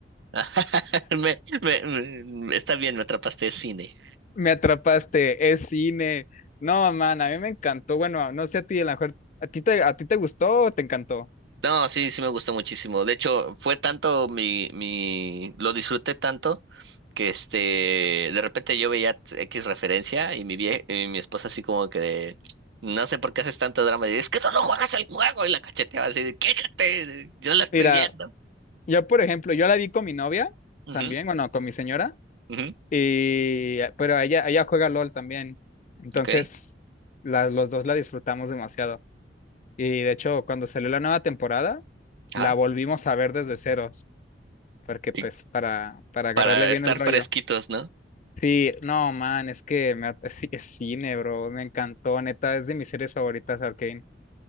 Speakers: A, on the right; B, on the left.
A: <laughs> Me, me- me- está bien, me atrapaste de cine.
B: Me atrapaste, es cine. No, man, a mí me encantó. Bueno, no sé a ti, a lo mejor, ¿a ti te, a ti te gustó o te encantó?
A: No, sí, sí me gustó muchísimo. De hecho, fue tanto mi, mi, lo disfruté tanto que este, de repente yo veía X referencia y mi vie, y mi esposa así como que de, no sé por qué haces tanto drama. Y, es que tú no juegas el juego y la cacheteaba así de, quédate, yo la estoy
B: Mira,
A: viendo.
B: yo por ejemplo, yo la vi con mi novia
A: Ujú,
B: también, bueno, con mi señora,
A: ujú,
B: y pero ella, ella juega LOL también. Entonces,
A: ok,
B: la- los dos la disfrutamos demasiado. Y de hecho, cuando salió la nueva temporada,
A: ajá.
B: la volvimos a ver desde ceros porque
A: Y
B: pues para, para agarrarle
A: para
B: bien
A: estar
B: el rollo.
A: fresquitos, ¿no?
B: Sí, no, man, es que me, <laughs> at- sí, es cine, bro, me encantó, neta, es de mis series favoritas, Arcane.